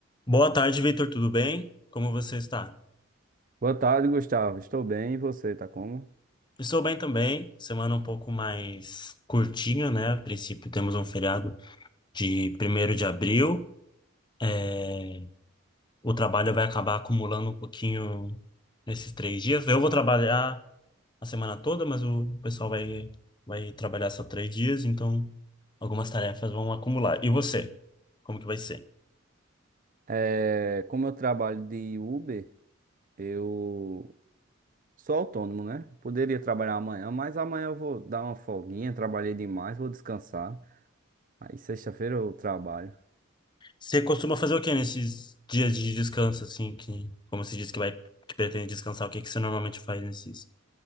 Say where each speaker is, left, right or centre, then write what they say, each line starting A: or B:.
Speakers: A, on the left; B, on the right.
A: Boa tarde, Vitor. Tudo bem? Como você está?
B: Boa tarde, Gustavo. Estou bem, e você, tá como?
A: Estou bem também. Semana um pouco mais curtinha, né? A princípio, temos um feriado de primeiro de abril. É, O trabalho vai acabar acumulando um pouquinho nesses três dias. Eu vou trabalhar a semana toda, mas o pessoal vai, vai trabalhar só três dias, então algumas tarefas vão acumular. E você? Como que vai ser?
B: É, como eu trabalho de Uber, eu sou autônomo, né? Poderia trabalhar amanhã, mas amanhã eu vou dar uma folguinha, trabalhei demais, vou descansar. Aí sexta-feira eu trabalho.
A: Você costuma fazer o que nesses dias de descanso, assim, que, como você disse que vai, que pretende descansar, o que que você normalmente faz nesses,